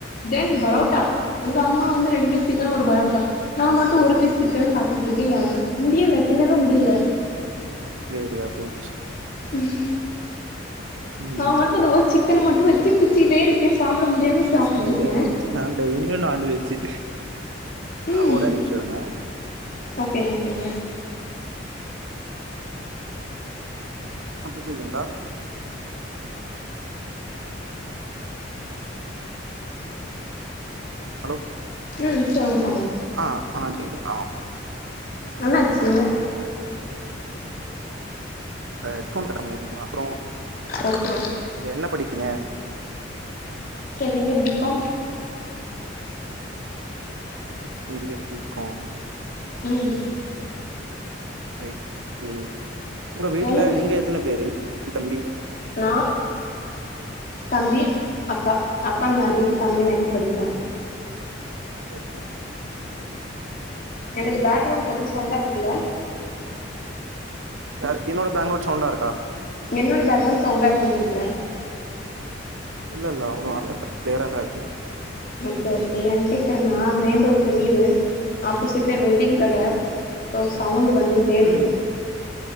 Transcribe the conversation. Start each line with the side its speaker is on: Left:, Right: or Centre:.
Left: தென் பரோட்டா எங்க அம்மா வந்து ரெண்டு பீஸ் சிக்கன் ஒரு பரோட்டா. நா மட்டு ஒரு பீஸ் சிக்கன சாப்டுட்டு இருக்கே யாரு முடியல தின்னவே முடியல.
Right: நெறியா போச்சு
Left: ம்
Right: ம்.
Left: நா மட்டு அந்த ஒரு சிக் சிக்கென மட்டு வெச்சு பிச்சீட்டே இருக்கே சாப்ட முடியாம சாப்ட்டுட்ருக்கே
Right: செரியா போச்சு. நா டெய்லியு நான்வெஜ்ஜூ
Left: ம்
Right: ஆ ஒரே நிமிஷொ இருங்க <inaudible>
Left: ஓகேங்க ஓகேங்க
Right: அந்தசைடு தானக்கா ஹலோ
Left: ம் சொல்லுங்க சொல்லுங்க
Right: ஆ ஆ கேக்குது ஆ
Left: என்ன ஆச்சு
Right: ஆ ஹெட்போன் கட் ஆனது சொ ப அப்றோ
Left: ஓகே ஓகே
Right: நீங்க என்ன படிக்கிங்க
Left: செகெண்ட் இயர் பீ காம்
Right: ம் ம் செகென்ட் இயர் பீ காம்
Left: ம்
Right: ரைட்டு உங்க வீட்ல
Left: என்ன
Right: நீங்க எத்தென பேரு ஆ தம்பி
Left: நா தம்பி அக்கா அக்கா மெரீட் தம்பி நைன்த் படிக்கிறா
Right: ஓகே
Left: எனக்கு பேக்ரவுண்ட் ரொம்ப சவுண்டா இருக்குல்ல
Right: யாரு என்னோட பெக்ரவுன் சவுண்டா இருக்கா
Left: என்னோட பேக்ரவுண்ட் சண்வுடாருகான்னு கேக்கறே
Right: இல்ல இல்ல அவளவால்லா இல்ல கிளியரா தா இருக்கு
Left: ஓகே ஓகே ஏ கேட்கறேண்ணா மெயின் ரோட்ல வீடு ஆப்போசிட்ல வெல்டிங் கட சோ சவுண்டு வந்துகிட்டே இருக்குது
Right: ம்